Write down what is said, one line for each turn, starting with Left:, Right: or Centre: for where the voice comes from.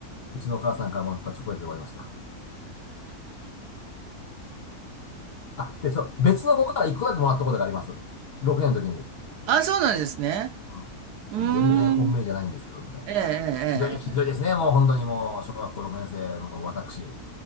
Left: うちのお母さんからもらったチョコレートで終わりました。あ、で、そう、別の子から一個だけもらったことがあります。6年の時に。
Right: あ、そうなんですね。
Left: うん。
Right: うーん。
Left: 全然本命じゃないんですけど、みたいな。
Right: えええええ
Left: ひどい、ひどいですね、もう本当にもう、小学校6年生の私、